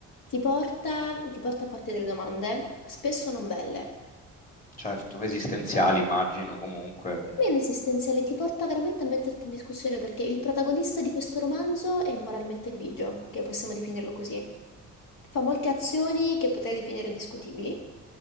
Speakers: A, on the left; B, on the left.
A: ti porta, ti porta a farti delle domande, spesso non belle.
B: Certo, esistenziali,
A: Spesso non belle.
B: immagino, comunque.
A: Non esistenziale, ti porta veramente a metterti in discussione perché il protagonista di questo romanzo è moralmente grigio, che possiamo definirlo così. Fa molte azioni che potrei definire discutibili